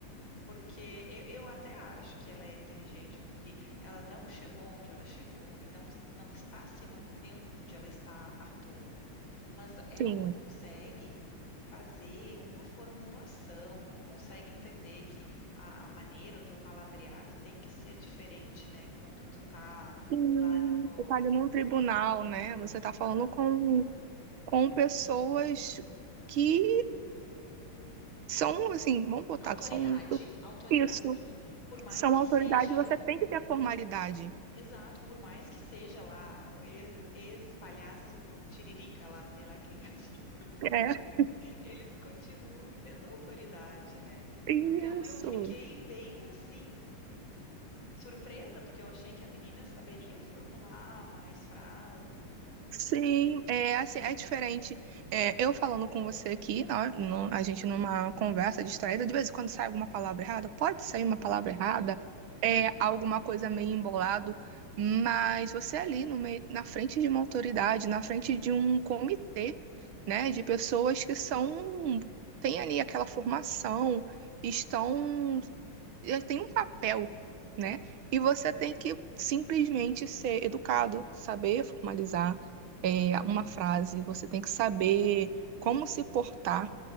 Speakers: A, on the left (about 60°); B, on the right (about 70°).
A: Porque eu, eu até acho que ela é inteligente, porque ela não chegou onde ela chegou e não, não está se mantendo onde ela está à toa. Mas ela
B: Sim.
A: não consegue fazer uma formulação, não consegue entender que a, a maneira, o teu palavreado tem que ser diferente, né? Quando tu tá
B: Hum,
A: lá no.
B: você tá ali num tribunal, né? Você tá
A: Exato.
B: falando com, com pessoas que são, assim, vamos botar
A: Autoridade,
B: que são
A: autoridade,
B: isso,
A: né? Por mais
B: são
A: que
B: autoridade,
A: seja
B: você tem que ter formalidade.
A: Exato, por mais que seja lá o ex- ex-palhaço Tiririca lá, sei lá quem, né? <laughs>
B: É,
A: Eles continuam sendo autoridade, né?
B: isso.
A: Então eu fiquei bem assim surpresa, porque eu achei que a menina saberia formular mais frases e tal.
B: Sim, é assim, é diferente. É, eu falando com você aqui, nó- nó- a gente numa conversa distraída, de vez em quando sai alguma palavra errada, pode sair uma palavra
A: Uhum,
B: errada, é alguma coisa meio embolado, mas você é ali no meio, na frente de uma autoridade, na frente de um comitê, né, de pessoas que são têm ali aquela formação, estão já tem um papel, né? E você tem que simplesmente ser educado, saber formalizar é, uma frase, você tem que saber como se portar.